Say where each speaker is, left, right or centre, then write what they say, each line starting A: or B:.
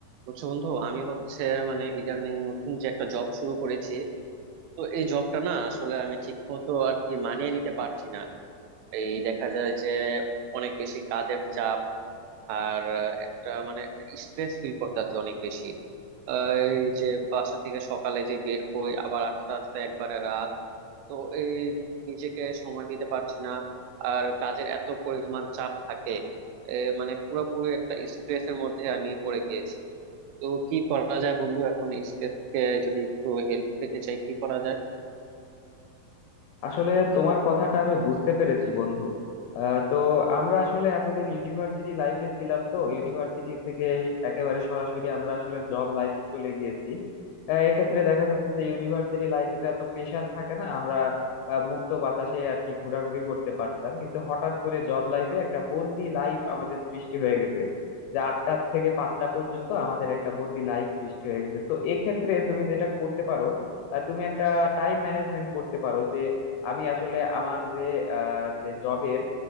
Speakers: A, on the right (about 90°); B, on the left (about 90°).
A: বুঝছো বন্ধু আমি হচ্ছে মানে ইদানিং নতুন যে একটা জব শুরু করেছি তো এই জবটা না আসলে আমি ঠিক মতো আর কি মানিয়ে নিতে পারছি না এই দেখা যায় যে অনেক বেশি কাজের চাপ আর আহ, একটা মানে স্ট্রেস ফিল করতেছে অনেক বেশি আহ, এই যে বাসা থেকে সকালে যে বের হই আবার আস্তে আস্তে একবারে রাত তো এই নিজেকে সময় দিতে পারছি না আর কাজের এত পরিমাণ চাপ থাকে এ, মানে পুরোপুরি একটা স্ট্রেসের মধ্যে আমি পড়ে গিয়েছি তো কি করা যায় বন্ধু এখন এই স্পেস কে যদি একটু হেল্প পেতে চাই কি করা যায়
B: আসলে তোমার কথাটা আমি বুঝতে পেরেছি বন্ধু আহ, তো আমরা আসলে এতদিন ইউনিভার্সিটি লাইফে ছিলাম তো ইউনিভার্সিটি থেকে একেবারে সরাসরি আমরা আসলে জব লাইফে চলে গিয়েছি আহ, এক্ষেত্রে দেখা যাচ্ছে যে ইউনিভার্সিটি লাইফে তো এত প্রেশার থাকে না আমরা আহ, মুক্ত বাতাসে আর কি ঘোরাঘুরি করতে পারতাম কিন্তু হঠাৎ করে জব লাইফে একটা বন্দি লাইফ আমাদের সৃষ্টি হয়ে গেছে যে আটটা থেকে পাঁচটা পর্যন্ত আমাদের একটা বন্দি লাইফ সৃষ্টি হয়ে গেছে তো এক্ষেত্রে তুমি যেটা করতে পারো আহ, তুমি একটা টাইম ম্যানেজমেন্ট করতে পারো যে আমি আসলে আমার যে আহ, যে জবের